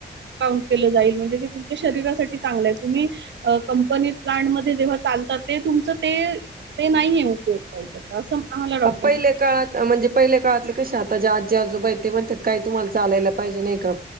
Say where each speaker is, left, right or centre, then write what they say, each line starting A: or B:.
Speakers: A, on the right (about 85°); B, on the right (about 55°).
A: काउंट केलं जाईल म्हणजे ते तुमच्या शरीरासाठी चांगलं हाय तुम्ही कंपनी प्लांटमध्ये जेव्हा चालतात ते तुमचं ते ते नाहीये उपयोग असं डॉक्टर
B: ह पहिल्या काळात म्हणजे पहिल्या काळातले कसे आता ज्या आजी आजोबा आहेत ते म्हणतात काही तुम्हाला चालायला पाहिजे नाही का